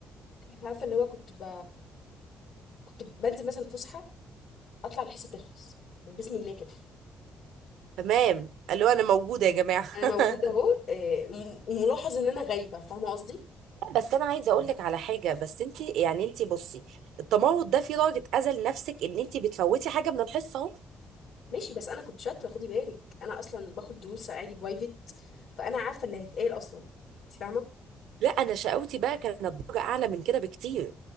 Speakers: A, on the left; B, on the right.
A: عارفه اللي هو كنت ب... كنت بنزل مثلا فسحه اطلع الحصه تخلص بسم الله كده
B: تمام قالوا انا موجوده يا جماعه
A: انا
B: <laughs>
A: موجوده اهو آه، م- ملاحظ ان انا غايبه فاهمه قصدي
B: بس انا عايزه اقول لك على حاجه بس انت يعني انت بصي التمرد ده في درجه اذى لنفسك ان انت بتفوتي حاجه من الحصه اهو
A: ماشي بس انا كنت شاطره خدي بالك انا اصلا باخد دروس عادي برايفت فانا عارفه اللي هيتقال اصلا انت فاهمه
B: لا انا شقاوتي بقى كانت درجه اعلى من كده بكتير